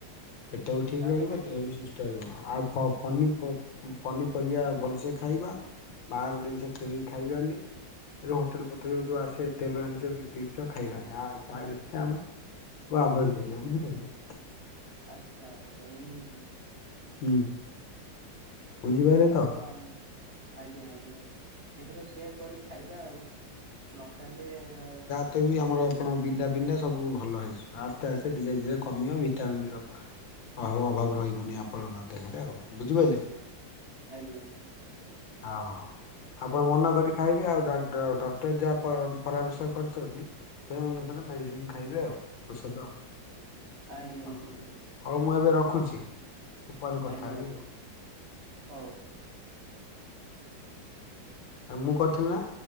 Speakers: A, on the left (about 85°); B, on the right (about 40°).
A: ପେଟ ବି ଠିକ
B: ତାହେଲେ
A: ରହିବ
B: ପେଟ
A: ଦେହ ବି ସୁସ୍ଥ ଆଉ ପନି ପନିପରିବା ଭଲସେ ଖାଇବା ବାହାର ଜିନିଷ କିଣିକି ଖାଇବାନି। ହୋଟେଲ ଫୋଟେଲ ଯୋଉ ଆସେ ତେଲ ଜିନିଷ କିଛି ଖାଇବାନି ଯହା ଯେତେ ଆମେ ସବୁ ଆଭଏ୍ଡ଼ କରିବା ବୁଝିପାରିଲେ?
B: ଆଚ୍ଛା ଆଚ୍ଛା ଏମିତି।
A: ହୁଁ। ବୁଝିପାରିଲେ
B: ଆଉ
A: ତ
B: ଆ ଆଜ୍ଞା ଆଜ୍ଞା ଏଥର ସେଆ କରି ଖାଇବା ଆଉ। ନ ଖାଇଲେ ଆଉ
A: ତତେ ବି ଆମର ଆପଣ ବିନ୍ଧା ପିନ୍ଧା ସବୁ ଭଲ ହେଇଯିବ ଆସ୍ତେ ଆସ୍ତେ ଧୀରେ ଧୀରେ କମିିବ ଭିଟାମିନ ର ଆଉ ଅଭାବ ରହିବନି ଆପଣଙ୍କ ଦେହରେ ଆଉ। ବୁଝିପାରିଲେ।
B: ଆଜ୍ଞା ଆଜ୍ଞା ଆଜ୍ଞା।
A: ଓ ହଉ ଆପଣ ମନ କରି ଖାଇବେ ଆଉ ଡ-ଡକ୍ଟର ଯାହା ପ ପରାମର୍ଶ କରିଛନ୍ତି ସେ ଅନୁସାରେ ମେଡ଼ିସିନ ଖାଇବେ ଆଉ। ଔଷଧ,
B: ଆଜ୍ଞା
A: ହଉ
B: ଆଜ୍ଞା ଆଜ୍ଞା ଆଜ୍ଞା
A: ହଉ ମୁଁ ଏବେ ରଖୁଛି। ମୁଁ ପରେ କଥା
B: ଆଜ୍ଞା
A: ହେବି
B: ଆଜ୍ଞା
A: ଆଉ
B: ହଉ।
A: ଆଉ ମୁଁ କରିଥିଲି ନା?